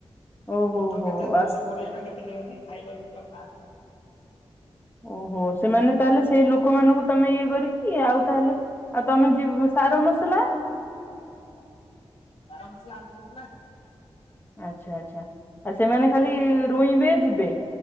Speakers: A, on the left (about 20°); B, on the left (about 65°).
A: ଓହୋ
B: ଗୁଣ୍ଠ
A: ହୋ
B: କେତେ ଦୁଇଶହ
A: ଆଉ
B: କୋଡିଆ ନା କେତେ ନିଅନ୍ତି। ଖାଇବା ପିଇବା ଖାଆ
A: ଓହୋ ସେମାନେ ତାହେଲେ ସେଇ ଲୋକମାନଙ୍କୁ ତମେ ଇଏ କରିକି ଆଉ ତାହେଲେ ଆଉ ତମେ ଯିବ ସାର ମସଲା?
B: ସାର ମସଲା ଆମେ ଦେବୁ ନା।
A: ଆଚ୍ଛା ଆଚ୍ଛା ଆଉ ସେମାନେ ଖାଲି ରୁଇବେ ଯିବେ